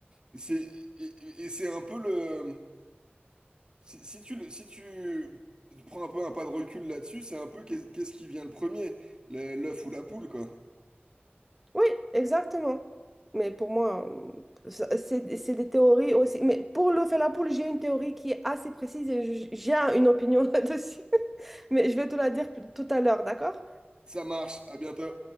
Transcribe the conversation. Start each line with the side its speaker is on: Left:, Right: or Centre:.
Right: Et c'est et, et- et c'est un peu le... Si, si tu, le- si tu prends un peu un pas de recul là-dessus, c'est un peu qu'est- qu'est-ce qui vient le premier, le- l'œuf ou la poule, quoi.
Centre: Oui, exactement. Mais pour moi, ça- c'est c'est des théories aussi. Mais pour le Fellapoulle, j'ai une théorie qui est assez précise et j- j'ai une opinion <laughs> là-dessus. Mais je vais te la dire plus- tout à l'heure, d'accord?
Right: Ça marche, à bientôt.